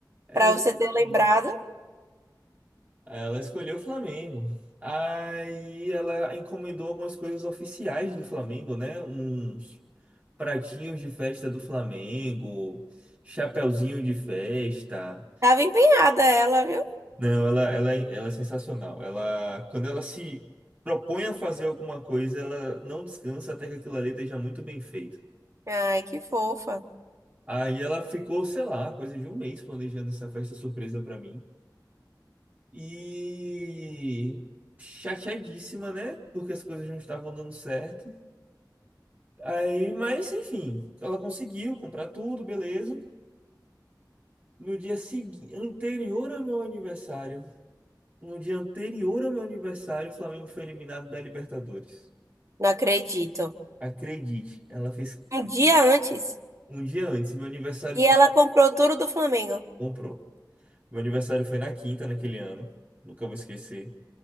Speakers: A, on the right (about 40°); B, on the right (about 20°).
A: Pra
B: Exatamente.
A: você ter lembrado.
B: Ela escolheu o Flamengo. Aí ela encomendou algumas coisas oficiais do Flamengo, né? Uns pratinhos de festa do Flamengo, chapeuzinho de festa.
A: Tava empenhada ela, viu?
B: Não, ela, ela, é- ela é sensacional. Ela, quando ela se propõe a fazer alguma coisa, ela não descansa até que aquilo ali esteja muito bem feito.
A: Ai, que fofa.
B: Aí ela ficou, sei lá, coisa de um mês planejando essa festa surpresa pra mim. E chateadíssima, né? Porque as coisas não estavam dando certo. Aí, mas enfim, ela conseguiu comprar tudo, beleza. No dia seguinte, anterior ao meu aniversário, no dia anterior ao meu aniversário, o Flamengo foi eliminado da Libertadores.
A: Não acredito.
B: Acredite, ela fez
A: Um dia antes.
B: um dia antes. Meu aniversário
A: E
B: foi.
A: ela comprou tudo do Flamengo.
B: Comprou. Meu aniversário foi na quinta naquele ano. Nunca vou esquecer.